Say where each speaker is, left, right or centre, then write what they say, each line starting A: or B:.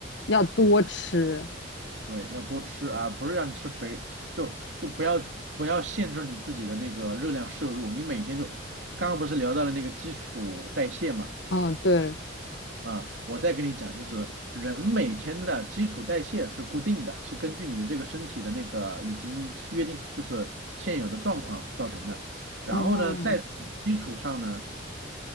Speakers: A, on the left; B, on the right.
A: 要多吃。
B: 对，要多吃啊，不是让你吃肥，就就不要不要限制你自己的那个热量摄入，你每天就，刚刚不是聊到了那个基础代谢嘛，
A: 哦，对，
B: 啊，我再跟你讲，就是人每天的基础代谢是固定的，是根据你的这个身体的那个已经约定，就是现有的状况造成的。然后呢，
A: 哦，
B: 在基础上呢，